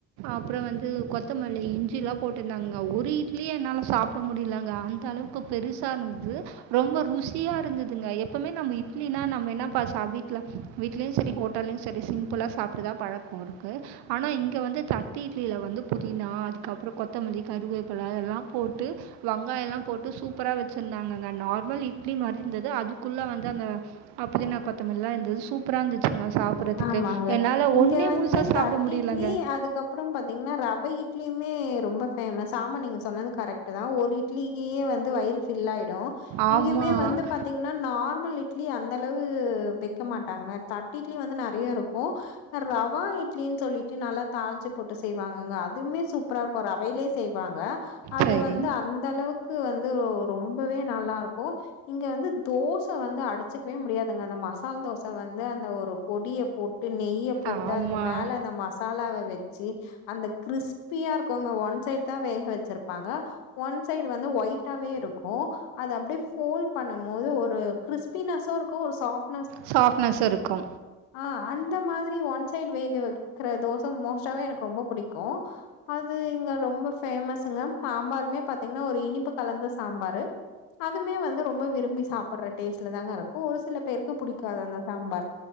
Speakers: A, on the right; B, on the left.
A: அப்புறோ வந்து கொத்தமல்லி இஞ்சிலா போட்டுருந்தாங்கங் ஒரு இட் இட்லிய என்னால சாப்புட முடிலங்க அந்த அளவுக்கு பெருசா இருந்தது ரொம்ப ருசியா இருந்ததுங்க எப்பமே நம்ம இட்லினா நம்ம என்ன ப சா வீட்ல வீட்லேயு சேரி ஹோட்டல்லயு சேரி சிம்புளா சாப்ட்டுதா பழக்கோ இருக்கு ஆனா இங்க வந்து தட்டு இட்லில வந்து புதினா அதுக்கப்புறோ கொத்தமல்லி கருவேப் இப்பல்லா அதெல்லாம் போட்டு வெங்காயோ எல்லாம் போட்டு சூப்பரா வெச்சுருந்தாங்கங்க நார்மல் இட்லி மாரி இருந்தது அதுக்குள்ள வந்து அந்த அப் புதினா கொத்தமல்லில்லா இருந்தது சூப்பரா இருந்துச்சுங்க சாப்பிட்றதுக்கு
B: ஆமாங்க
A: என்னால்
B: இங்க
A: ஒன்றே
B: வந்து
A: முழுசாக சாப்பிட
B: தட்டு
A: முடியலங்க
B: இட்லி அதுக்கப்பறோம் பாத்தீங்கன்னா ரவ இட்லியுமே ரொம்ப ஃபேமஸ் ஆமா நீங்க சொன்னது கரெக்ட்டுதா ஒரு இட் இட்லியே வந்து வயிறு பில்லாயிடு
A: ஆமாம்
B: இங்கியுமே வந்து பாத்தீங்கன்னா நார்மல் இட் ் இட்லி அந்த அளவு வெய்க்க மாட்டாங்க த இட்லி வந்து நெறய இருக்கு ஓ ரவா இட்லின்னு சொல்லிட்டு நல்லா தாளுச்சு போட்டு செய்வாங்கங்க இதுவுமே சூப்பரா இருக்கு ரவையிலே செய்வாங்க அது
A: சரி
B: வந்து அந்த அளவுக்கு வந்து ரொம்பவே நல்லா இருக்கு இங்க வந்து தோச வந்து அடுச்சுக்கவே முடியாதுங்க அந்த மசால் தோச வந்து அந்த ஒரு பொடிய போட் ட்டு நெய்ய போட்டு
A: ஆமாம்
B: அதுக்கு மேல அந்த மசாலாவ வச்சு அந்த கிர்ஸ் ப்பியா இருக்கோங்க ஒன் ஒன் சைட் தா வேக வச்சிருப்பாங்க ஒன் சைடு வந்து ஒயிட்டாவே இருக்கு அது அப்டியே ப்போல் பண்ணும் போது ஒரு கிறிஸ்பினெஸு இருக்கு ஒரு சாஃப்ட்
A: சாப்ட்னஸ்ஸு இருக்கு
B: ஆ அந்த மாதிரி ஒன் சைட் வே இங்க விக்கிற தோச ஸ் மோஸ்ட்டாவே எனக்கு ரொம்ப பிடிக்கு அது இங்க ரொம்ப பேமஸுங்க சாம்பாருமே பாத்தீங்கன்னா ஒரு இனிப்பு கலந்த சாம்பாரு அதுமே வந்து ரொம்ப விரும்பி சாப்பிடுற டேஸ்ட்லதாங்க இருக்கு ஒரு சில பேருக்கு பிடிக்காது அந்த சாம்பார்